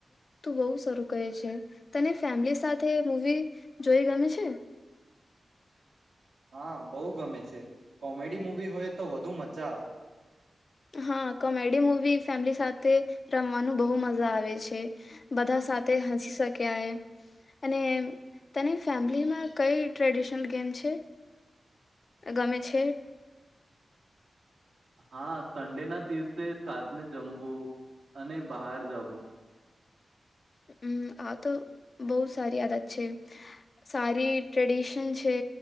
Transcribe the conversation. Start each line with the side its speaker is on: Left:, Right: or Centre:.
Left: ત બહુ શરૂું કહે છે તને ફેમિલી સાથે મૂવી જોઈ ગમે છે.
Right: હા બહુ ગમે છે કોમેડી મુવી હોય તો વધુ મજા આવે.
Left: હા કોમેડી મૂવી ફેમિલી સાથે રમવાનું બહુ મજા આવે છે બધા સાથે હસી શક્યા એ અને તને ફેમિલીમાં કઈ ટ્રેડિશનલ ગેમ છે ગમે છે.
Right: હા સન્ડે ના દિવસે સાતમે જમવું અને બહાર જવું.
Left: હમ આ તો બહુ સારી આયાદત છે સારી ટ્રેડિશન છે